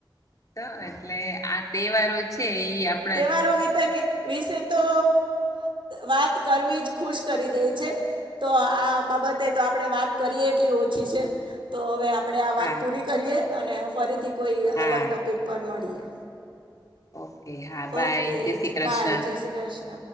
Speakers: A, on the left; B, on the right.
A: તો એટલે આ તહેવારો છે એ આપ
B: તહેવારો વિતે વિશે તો વાત કરવી જ ખુશ કરી દે છે. તો આ બાબતે તો આપણેે વાત કરીએ એટલી ઓછી છે. તો હવે આપણે આ વાત
A: હા
B: પૂરી કરીએ, અને ફરીથી કોઈ
A: હા
B: અલગ ટોપિક પર મળીએ.
A: ઓકે હા બાય
B: ઓકે,
A: જય શ્રી
B: જ
A: કૃષ્ણ
B: બાય જય શ્રીકૃષ્ણ